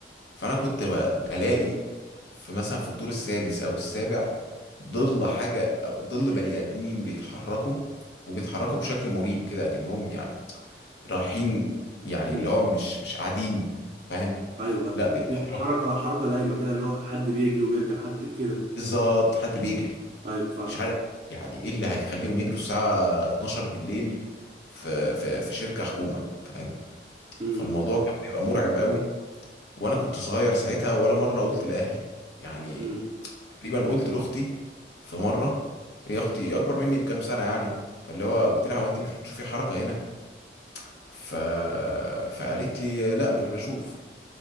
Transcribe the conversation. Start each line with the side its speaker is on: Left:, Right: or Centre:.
Left: فانا كنت ب- بلاقي في مثلا في الدور السادس او السابع ظل حاجة او ظل بني ادمين بيتحركوا وبيتحركوا بشكل مريب كده كأنهم يعني رايحين يعني
Right: امم
Left: اللي هو مش مش قاعدين فاهم
Right: ايوه
Left: لا بيتحركوا
Right: ايوه حركه حركه دايمه كده ان هو حد بيجري ويرجع حد كده
Left: بالظبط حد بيجري
Right: ايوه فاهم
Left: مش عارف يعني ايه اللي هيخليهم يجروا الساعة 12 بالليل في في في شركة حكومة فاهم
Right: امم
Left: فالموضوع كان بيبقى مرعب قوي وانا كنت صغير ساعتها ولا مره قلت لاهلي يعني
Right: امم
Left: تقريبا قلت لاختي في مره هي اختي اكبر مني بكام سنه يعني فاللي هو قلت لها هو انت مش بتشوفي حركه هنا ف... فقالت لي لا مش بشوف